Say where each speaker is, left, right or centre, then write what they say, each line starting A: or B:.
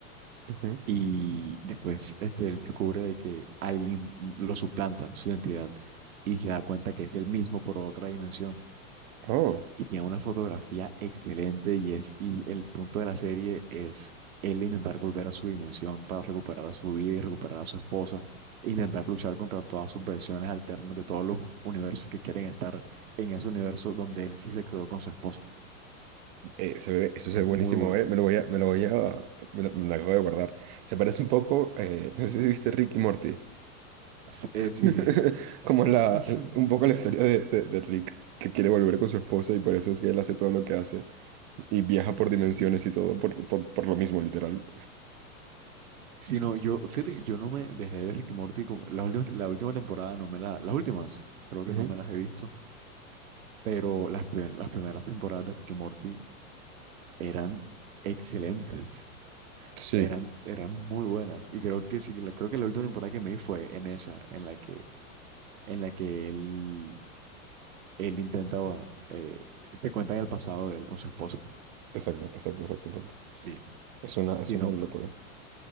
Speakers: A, on the right; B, on the right.
A: Ujú.
B: Y después este, él descubre de que alguien lo suplanta su identidad y se da cuenta que es el mismo por otra dimensión.
A: Oh,
B: y tiene una fotografía excelente y es y el punto de la serie es él intentar volver a su dimensión para recuperar a su vida y recuperar a su esposa e intentar luchar contra todas sus versiones alternas de todos los universos que quieren estar en ese universo donde él sí se quedó con su esposa.
A: eh, se ve- eso se
B: Es
A: ve buenísimo,
B: muy buena.
A: eh. Me lo voy a, me lo voy a, me lo, me lo acabo de guardar. Se parece un poco, eh, no sé si viste Rick y Morty,
B: S- eh, sí,
A: <laughs>
B: sí, sí.
A: como la,
B: <laughs>
A: un poco la historia de, de- de Rick, que quiere volver con su esposa y por eso es que él hace todo lo que hace y viaja por dimensiones
B: Sí.
A: y todo por, por, por lo mismo, literal.
B: Sí, no, yo, fíjate, yo no me dejé de ver Rick y Morty, como- la última, la última temporada no me la, las últimas, creo
A: Ujú.
B: que no me las he visto, pero las, primer- las primeras temporadas de Rick y Morty eran excelentes,
A: Sí,
B: eran, eran muy buenas. Y creo que sí, la- creo que la última temporada que me vi fue en esa, en la que, en la que él, él intentaba, eh, te cuentan el pasado de él con su esposa.
A: exacto, exacto, exacto, exacto.
B: Sí,
A: Es una,
B: sí,
A: es una
B: no,
A: locura.